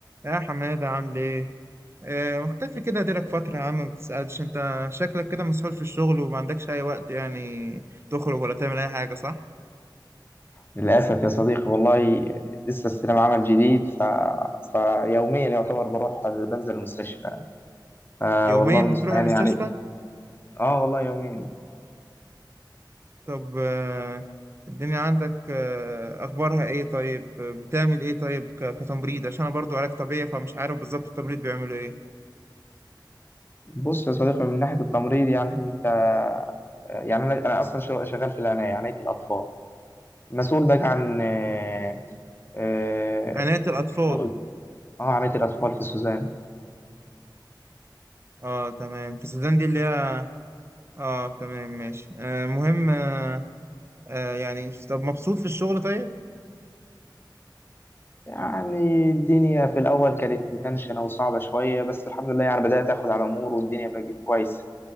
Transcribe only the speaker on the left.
للأسف يا صديقي والله لسه استلام عمل جديد ف... فيوميا يعتبر بروح بنزل المستشفى آه
والله المستعان
يعني اه والله يوميا
بص يا صديقي من ناحية التمريض يعني انت يعني انا انا اصلا شغ- شغال في العناية عناية الأطفال مسؤول بقى عن آه آه
كسو- آه، عناية الأطفال في سوزان
يعني الدنيا في الأول كانت متنشنة وصعبة شوية بس الحمد لله يعني بدأت أخد على الأمور والدنيا بقت كويسة